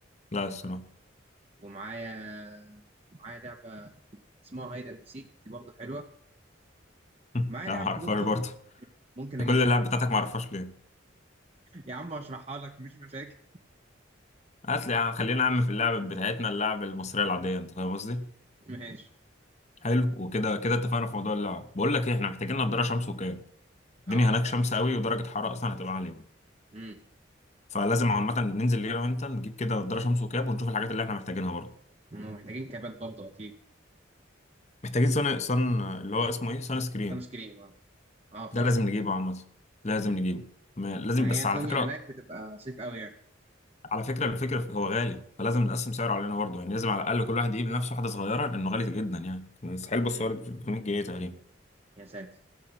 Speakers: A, on the left; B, on the right.
A: لا الصراحه
B: ومعايا معايا لعبة اسمها هايد اند سيك دي برضه حلوة
A: <laughs>
B: معايا
A: لا
B: لعب
A: ما اعرفهاش
B: كروت برضه
A: برضه
B: ممكن اجيبها
A: أنت كل اللعب بتاعتك ما اعرفهاش ليه
B: يا عم اشرحها لك مفيش مشاكل
A: هات لي يا عم خلينا عم في اللعب بتاعتنا اللعب المصرية العادية انت فاهم قصدي؟
B: ماشي
A: حلو وكده كده اتفقنا في موضوع اللعب بقول لك ايه احنا محتاجين نضارة شمس وكاب الدنيا
B: اه
A: هناك
B: فعلا
A: شمس قوي ودرجة حرارة اصلا هتبقى عالية
B: امم
A: فلازم عامة ننزل انا وانت نجيب كده نضارة شمس وكاب ونشوف الحاجات اللي احنا محتاجينها برضه
B: هم محتاجين كابات برضه اكيد
A: محتاجين صن صن اللي هو اسمه ايه؟ صن سكرين
B: سان سكرين اه اه فعلا
A: ده لازم نجيبه عامة لازم
B: امم
A: نجيبه ما... لازم
B: يعني هي
A: بس
B: الدنيا
A: على فكرة
B: هناك بتبقى صيف قوي يعني
A: على فكرة الفكرة هو غالي فلازم نقسم سعره علينا برضه يعني لازم على الأقل كل واحد يجيب لنفسه واحدة صغيرة لأنه غالي جدا يعني مستحيل بص
B: امم
A: هو 300 جنيه تقريبا
B: يا ساتر